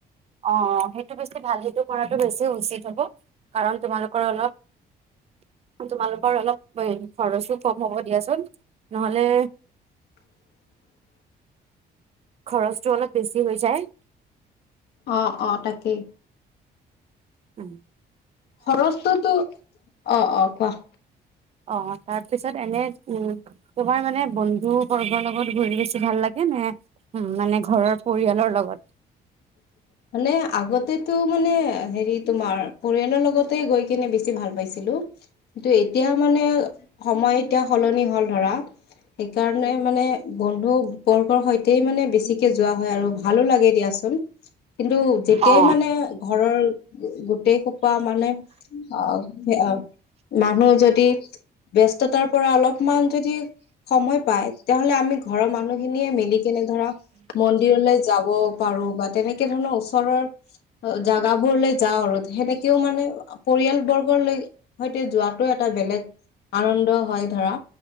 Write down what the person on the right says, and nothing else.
অ' সেইটো বেছি ভাল, সেইটো কৰাটো বেছি উচিত হ'ব। কাৰণ তোমালোকৰ অলপ কাৰণ তোমালোকৰ অলপ এ, খৰচো কম হ'ব দিয়াচোন, নহ'লে
খৰচটো অলপ বেছি হৈ যায়।
উম।
অ' তাৰপিছত এনে উম, তোমাৰ মানে বন্ধুবৰ্গৰ লগত ঘূৰি আছোঁ ভাল লাগে? এই নাই মানে ঘৰৰ পৰিয়ালৰ লগত।
অ'।